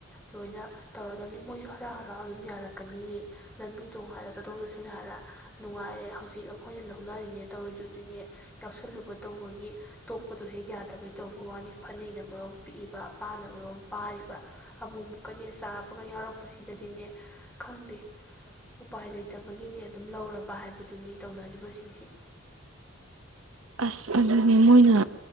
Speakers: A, in the centre; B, on the right (about 75°).
A: ꯂꯣꯏꯅ ꯇꯧꯔꯗꯕꯅꯤ ꯃꯣꯏꯁꯨ ꯍꯔꯥꯎ ꯍꯔꯥꯎ ꯑꯗꯨꯝ ꯌꯥꯔꯛꯀꯅꯤꯌꯦ ꯂꯝꯕꯤ ꯇꯣꯡꯉꯥꯟꯅ ꯆꯠꯊꯣꯛ ꯆꯠꯁꯤꯟ ꯍꯥꯏꯔ ꯅꯨꯡꯉꯥꯏꯔꯦ ꯍꯧꯖꯤꯛ ꯑꯩꯈꯣꯏꯅ ꯂꯧꯅꯔꯤꯅꯦ ꯇꯧꯔꯤꯗꯨꯗꯤꯅꯦ ꯌꯥꯎꯁꯜꯂꯨꯕ ꯇꯧꯕꯒꯤ ꯇꯣꯛꯄꯗꯣ ꯍꯦꯛ ꯌꯥꯗꯕꯩ ꯇꯧꯕ ꯋꯥꯅꯤ ꯐꯅꯩꯅ ꯃꯔꯣꯝ ꯄꯤꯛꯏꯕ ꯑꯄꯥꯅꯕ ꯃꯔꯣꯝ ꯄꯥꯔꯤꯕ ꯑꯃꯨꯛ ꯃꯨꯛꯀꯅꯦ ꯆꯥꯕꯒ ꯌꯥꯎꯔꯛꯄꯁꯤꯗꯗꯤꯅꯦ ꯈꯪꯗꯦ ꯎꯄꯥꯏ ꯂꯩꯇꯕꯒꯤꯅꯦ ꯑꯗꯨꯝ ꯂꯧꯔꯕ ꯍꯥꯏꯕꯗꯨꯅꯤ ꯇꯧꯅꯔꯤꯕꯁꯤꯡꯁꯤ
B: ꯑꯁ ꯑꯗꯨꯅꯦ ꯃꯣꯏꯅ